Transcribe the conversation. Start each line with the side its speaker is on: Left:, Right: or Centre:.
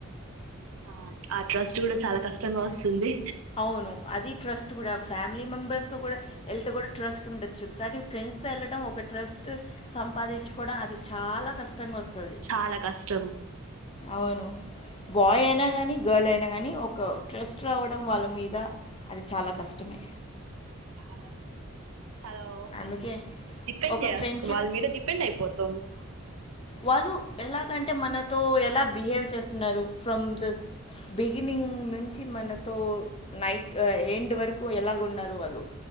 Right: ఆ ఆ ట్రస్ట్ కూడా చాలా కష్టంగా వస్తుంది.
Left: అవును అది ట్రస్ట్ కూడా ఫ్యామిలీ మెంబెర్స్ తో కూడా ఎల్తే కూడా ట్రస్ట్ ఉండొచ్చు, కానీ ఫ్రెండ్స్ తో ఎళ్లడం ఒక ట్రస్ట్ సం పాదించుకోడం అది చాలా కష్టంగా వస్తది.
Right: చాలా కష్టం
Left: అవును బాయ్ అయినా గానీ గర్ల్ అయినా గానీ ఒక ట్రస్ట్ రావట్ తటం వాళ్ల మీద అది చాలా కష్టమే.
Right: <unintelligible> హలో
Left: అందుకే
Right: డిపెండ్
Left: ఒక
Right: చెయ
Left: ఫ్రెండ్షిప్
Right: వాళ్ల మీద డిపెండ్ అయిపోతం.
Left: వాల్లు ఎలాగంటే మనతో ఎలా బిహేవ్ చేస్తున్నారు ఫ్రమ్ ద బిగినింగ్ నుం నుంచి మనతో నైట్ ఎండ్ వరకు ఎలాగ ఉన్నారు వాళ్లు,